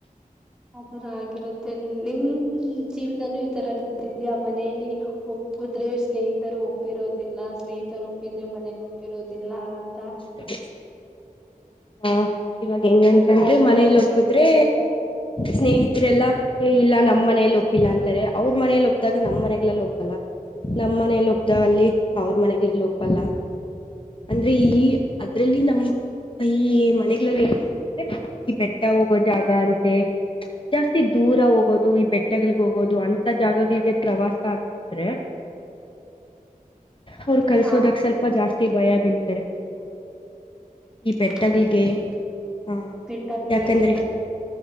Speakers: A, in the centre; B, on the left.
A: ಅದರ ಆಗಿರುತ್ತೆ ನೀವು ನಿಮ ಜೀವನದಲ್ಲೂ ಈ ತರಿದ್ಯಾಾ ಮನೆಯಲ್ಲಿ ಒಪ್ಪಿದ್ರೆ ಸ್ನೇಹಿತರು ಒಪ್ಪಿರೋದಿಲ್ಲ ಸ್ನೇಹಿತರು ಒಪ್ಪಿದ್ರೆ ಮನೆ ಒಪ್ಪಿರೋದಿಲ್ಲ ಅಂತ
B: ಹ <unintelligible> ಹಾ ಇವಾಗ ಹೆಂಗಂತಂದ್ರೆ
A: ಆತರ ಎಲ್ಲಾ
B: ಮನೇಲಿ
A: ಸಮಸ್ಯೆ
B: ಒಕ್ಕುದ್ರೆ
A: ಆದಾಗ
B: ಸ್ನೇಹಿತರೆಲ್ಲಾ ಇಲ್ಲ ನಮ್ಮ್ ಮನೇಯಲ್ಲಿ ಒಪ್ಪಿಲ್ಲ ಅಂತಾರೆ ಅವ್ರ ಮನೇಲಿ ಒಪ್ಪ ಒ್ದಾಗ ನಮ್ಮ್ ಮನೆಗ್ಲ್ಲ ಒಪ್ಪಲ್ಲ ನಮ್ಮ್ನೆಯಲ್ಲಿ ಒಪ್ ಅಲ್ಲಿ ಅವ್ರ ಮನೆಗ್ಲ್ಲ ಒಪ್ಪಲ್ಲ ಅಂದ್ರೆ ಈ ಅದ್ರಲ್ಲಿ ನಮ <unintelligible> ಈ ಮನೆಗಳಲ್ಲಿ ಏನಂತಂದ್ರೆ ಈ ಬೆಟ್ಟ ಹೋಗೋ ಜಾಗ ಅಂತೆ ಜಾಸ್ತಿ ದೂರ ಹೋಗೋದು ಈ ಬೆಟ್ಟಗಳಿಗೆ ಹೋಗೋದು ಅಂತ ಜಾಗಗಳಿಗೆ ಪ್ರವಾಸ ಅಂತ ಅಂದ್ರೆ ಅವರು ಕಲ್ಸೋದಕ್
A: ಹಾ
B: ಸ್ವಲ್ಪ ಜಾಸ್ತಿ ಭಯ ಬೀಳ್ತಾರೆ ಈ
A: ಹಾ
B: ಬೆಟ್ಟಗಳಿಗೆ
A: ಹೌದ ಹೌದು
B: ಹ
A: ಬೆಟ್ಟ ಬೆಳಗೆ
B: ಯಾಕಂದ್ರೆ